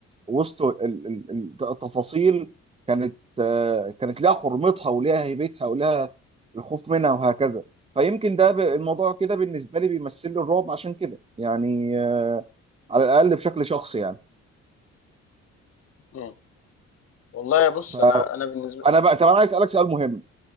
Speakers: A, on the right (about 20°); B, on the left (about 50°).
A: وسط ال- ال- ال- التفاصيل كانت آه، كانت لها حرمتها ولها هيبتها ولها الخوف منها وهكذا فيمكن ده ب- الموضوع كده بالنسبه لي بيمثل لي الرعب عشان كده يعني آه، على الاقل بشكل شخصي يعني
B: امم والله بص
A: فانا
B: انا انا بالنسبة
A: بقى طب انا عايز اسالك سؤال مهم